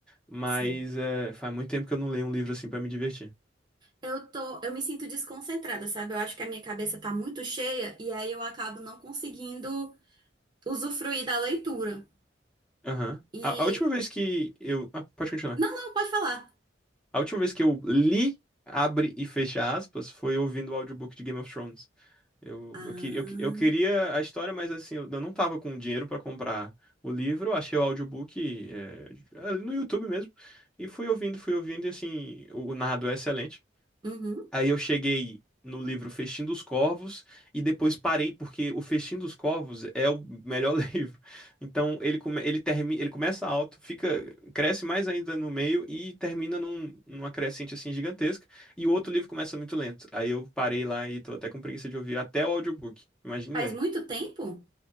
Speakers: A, in the centre; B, on the right (about 25°).
A: Mas
B: sim.
A: é, faz muito tempo que eu não leio um livro assim pra me divertir.
B: Eu tô, eu me sinto desconcentrada, sabe? Eu acho que a minha cabeça tá muito cheia e aí eu acabo não conseguindo usufruir da leitura.
A: Aham.
B: E
A: A, a última vez que eu. Ah, pode continuar.
B: não, não, pode falar.
A: A última vez que eu li, abre e fecha aspas, foi ouvindo o audiobook de Game of Thrones. Eu,
B: Ah,
A: eu, queria- eu, eu queria a história, mas assim, eu não tava com dinheiro para comprar o livro, eu achei o audiobook eh, no YouTube mesmo, e fui ouvindo, fui ouvindo, e assim, o o narrador é excelente.
B: uhum.
A: Aí eu cheguei no livro Festim dos Corvos e depois parei porque o Festim dos Corvos é o melhor <laughs> livro. Então ele come- ele termina, ele começa alto, fica cresce mais ainda no meio e termina num, numa crescente assim gigantesca e o outro livro começa muito lento. Aí eu parei lá e tô até com preguiça de ouvir até o audiobook. Imagine
B: Faz
A: ler.
B: muito tempo?